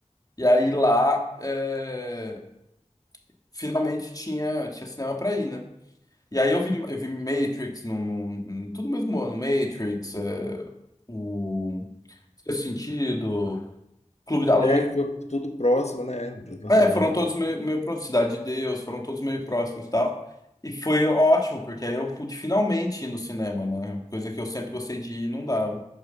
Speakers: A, on the left; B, on the left.
A: e aí lá é, finalmente tinha, tinha cinema pra ir, né? E aí eu vi, eu vi Matrix, no, no, no- tudo no mesmo ano, Matrix, é, o Sexto Sentido, Clube da Luta.
B: É, que foi tudo próximo, né, do lançamento.
A: É, foram todos meio, meio próximos, Cidade de Deus, foram todos meio próximos e tal. E foi ótimo, porque aí eu pude finalmente ir no cinema, né? Coisa que eu sempre gostei de ir e não dava.